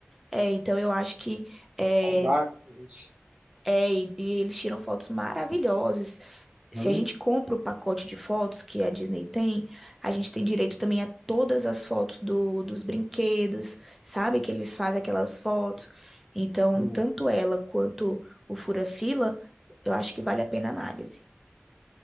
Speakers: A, in the centre; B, on the right (about 25°).
A: É, então eu acho que é,
B: Com vários, inclusive.
A: É, e, e eles tiram fotos maravilhosas. Se
B: Hum,
A: a gente compra o pacote de fotos que a Disney tem, a gente tem direito também a todas as fotos do, dos brinquedos, sabe? Que eles fazem aquelas fotos. Então,
B: hum,
A: tanto ela quanto o Fura-Fila, eu acho que vale a pena a análise.